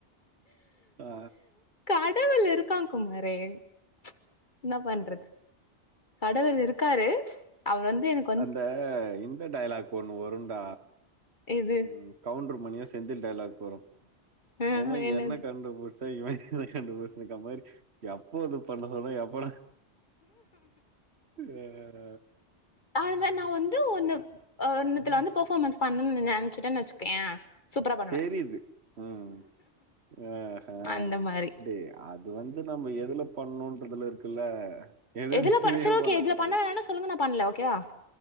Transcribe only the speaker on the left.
கடவுள் இருக்கான் குமாரு என்னா பண்றது
கடவுள் இருக்காரு அவர் வந்து எனக்
இது
ஆ
என்னது
அதுல நா வந்து ஒன்னு இன்னத்துல
வந்து பெர்ஃபார்மன்ஸ் பண்ணும்னு நினைச்சட்டேன்னு வச்சுக்கோயே சூப்பரா பண்ணுவே
அந்த மாதிரி
எதுல
பண் சரி ஓகே
இதுல பண்ண வேணாம சொல்லுங்க நா பண்ணல ஓகேவா